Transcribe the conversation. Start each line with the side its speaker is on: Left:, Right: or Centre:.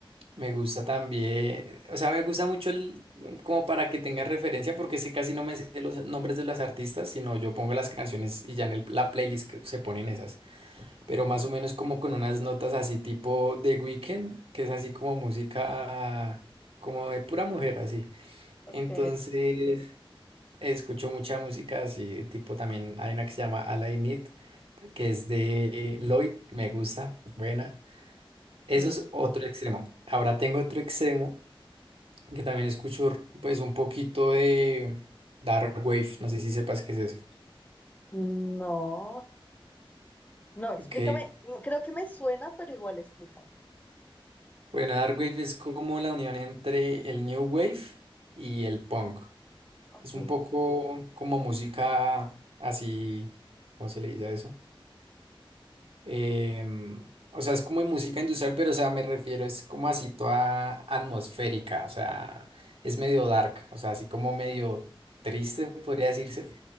Right: me gusta también, o sea, me gusta mucho el, como para que tenga referencia, porque sé casi no me sé los nombres de las artistas, sino yo pongo las canciones y ya en el- la playlist que se ponen esas.
Left: ok,
Right: Pero más o menos como con unas notas así tipo The Weeknd, que es así como música, como de pura mujer, así.
Left: ok.
Right: Entonces. Escucho mucha música así, tipo también hay una que se llama All I Need, que es de Lloyd, me gusta, buena. Eso
Left: Mm,
Right: es otro extremo. Ahora tengo otro extremo que también escucho r- pues un poquito de Dark Wave, no sé si sepas qué es eso.
Left: No, no, explícame.
Right: Ok,
Left: Mm, Creo que me suena, pero igual explícame.
Right: bueno, Dark Wave es como la unión entre el New Wave y el punk.
Left: Ok,
Right: Es un poco como música así, ¿cómo se le dice a eso? Em, o sea, es como música industrial, pero o sea, me refiero, es como así toda atmosférica, o sea, es medio dark, o sea, así como medio triste, podría decirse,